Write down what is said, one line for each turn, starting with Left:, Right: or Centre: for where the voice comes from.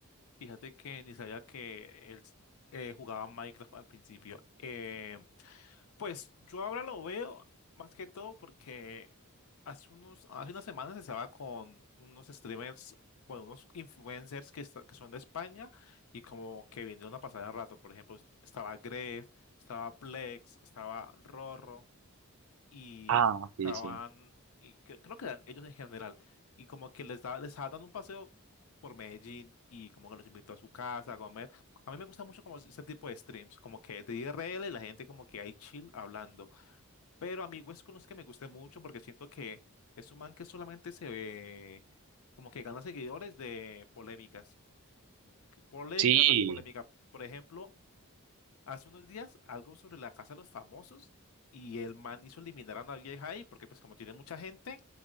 Left: Fíjate que ni sabía que él eh, jugaba Minecraft al principio. Eh, Pues yo ahora lo veo más que todo porque hace unos, hace unas semanas estaba con unos streamers, bueno, unos influencers que, esta- que son de España y como que vinieron a pasar el rato. Por ejemplo, estaba Gref, estaba Plex, estaba Rorro y
Right: Ah,
Left: estaban,
Right: sí, sí.
Left: y cre- creo que eran ellos en general, y como que les da, les estaba dando un paseo por Medellín y como que los invitó a su casa a comer. A mí me gusta mucho como ese tipo de streams, como que de I R L y la gente como que hay chill hablando. Pero amigos con los que me guste mucho porque siento que es un man que solamente se ve como que gana seguidores de polémicas, polémica
Right: Sí,
Left: tras polémica. Por ejemplo, hace unos días algo sobre la casa de los famosos y el man hizo eliminar a una vieja ahí porque pues como tiene mucha gente,